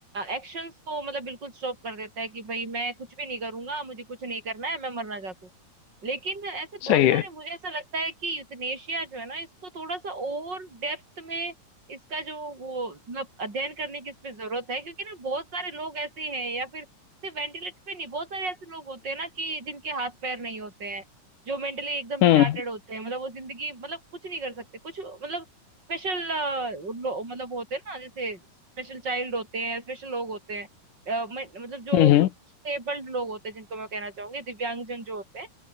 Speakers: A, on the right; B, on the left.
A: एक्शंस को मतलब बिल्कुल स्टॉप कर देता है कि भाई मैं कुछ भी नहीं करूंगा मुझे कुछ नहीं करना है मैं मरना चाहता हूँ लेकिन ऐसे बहुत
B: सही
A: सारे
B: है
A: मुझे ऐसा लगता है कि यूथनेशिया जो है ना इसको थोड़ा सा और डेप्थ में इसका जो वो मतलब अध्ययन करने की इस पे जरूरत है क्योंकि ना बहुत सारे लोग ऐसे हैं या फिर सिर्फ वेंटिलेटर पे नहीं बहुत सारे ऐसे लोग होते हैं ना कि जिनके हाथ पैर नहीं होते हैं जो मेंटली एकदम रिटार्टेड
B: हम्म
A: होते हैं मतलब वो जिंदगी मतलब कुछ नहीं कर सकते कुछ मतलब स्पेशल मतलब होते हैं ना जैसे स्पेशल चाइल्ड होते हैं स्पेशल लोग होते हैं अ, मैं- मतलब जो
B: हम्म
A: स्टेबल्ड लोग होते हैं जिनको मैं कहना चाहूंगी दिव्यांगजन जो होते हैं